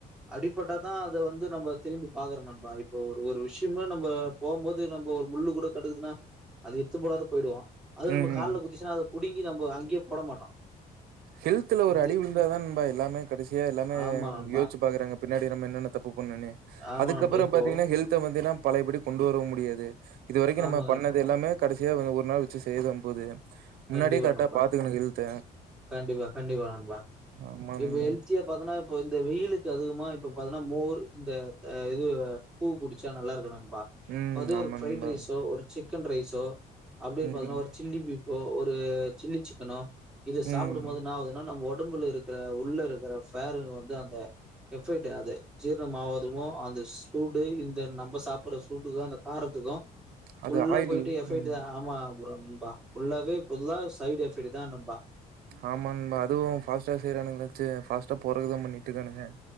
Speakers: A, in the centre; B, on the right (about 80°).
A: அடிப்பட்டாதான் அதை வந்து நம்ம திரும்பி பாக்குறோம் நண்பா இப்ப ஒரு ஒரு விஷயமே நம்ம போகும்போது நம்ம ஒரு முள்ளு கூட கடுக்குதுன்னா அது எத்து போடாத போயிடுவோம் அது
B: ம்
A: நம்ம கால குதிச்சுன்னா அதை புடிங்கி நம அங்கே போட மாட்டோ
B: ஹெல்தல
A: எடுத்து
B: ஒரு அடி விலுந்தாதான் நண்பா எல்லாமே கடைசியா இல்ல
A: ஆமா நண்பா
B: யோசிச்சு பாக்குறாங்க பின்னாடி நம் என்ன என்ன தப்பு பொண்ணுு
A: ஆமா
B: அதுக்கப்புறம்
A: நண்பா இப்போ
B: பாத்தீங்கன்னா ஹெல்த வந்துன்னா பழையபடி கொண்டுுவர முடியாது இது வரைக்கும்
A: ஆமாங்க
B: நம்ம பண்ணது எல்லாமே கடைசியா அவர ஒரு நாள் வச்சு செய்தா போது முன்னாடியே
A: கண்டிப்பா
B: கரெக்டா
A: நண்பா
B: பாத்துக்கணு ஹெல்த்த
A: கண்டிப்பா கண்டிப்பா நண்பா
B: ஆமா
A: இப்போ
B: நண்பா
A: ஹெல்தியா பாத்தன இந்த வெயிலுக்கு அதிகமா இப்ப பாதிங்கான மோர் இந்த இது கூழு குடிச்சா நல்லா இருக்கு நண் பா
B: ம்
A: அது
B: ஆமா
A: ஒரு ஃப்ரைடு
B: நண்பா
A: ரைஸோ ஒரு சிக் சிக்கன் ரைஸோ அப்டியே
B: ம்
A: பாத்திங்கன்னா ஒரு சில்லி பி இப்போ ஒரு சில்லி சிக்கனோ இத சாப்புடு
B: ம்
A: போது என்ன ஆவுதுன்னா நம்ம உடம்புல இருக்ற உறுபு உள்ள இருக்ற ஃபேருங்க வந்து அந்த எஃபெக்ட் அது ஜீரணமாவதுவு அந்த சூடு இந்த நம்ம சாப்புடுற சூட்டுக்கு அந்த காரத்துக்கு
B: அது
A: உள்ள
B: ஆயில்
A: போய்ட்டு எஃபெக்ட்டு
B: ம்
A: தா ஆமா ப்ரோ ண்பா புல்லாவே இப்ப சைடு் எஃபெக்ட் தான் நண்பா
B: ஆமா நண்பா அதுவு ஃபாஸ்ட்டா செய்றானுங்க நெனச்சு ஃபாஸ்ட்டா போறதுக்குதா பண்ணிட்டு இருக்கானுங்க